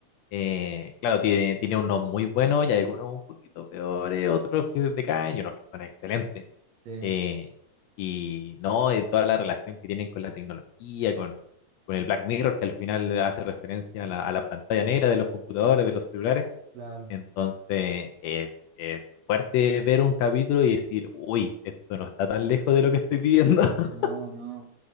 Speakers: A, on the left; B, on the right.
A: Eh, claro, tiene, tiene unos muy buenos y hay algunos un poquito peores, otros que decaen y unos que son excelentes.
B: sí,
A: Eh, y no, eh, toda la relación que tienen con la tecnología, con, con el Black Mirror, que al final hace referencia a la, a la pantalla negra de los computadores, de los celulares.
B: claro.
A: Entonces es, es fuerte ver un capítulo y decir, uy, esto no está tan lejos de lo que estoy viviendo. <laughs>
B: No, no.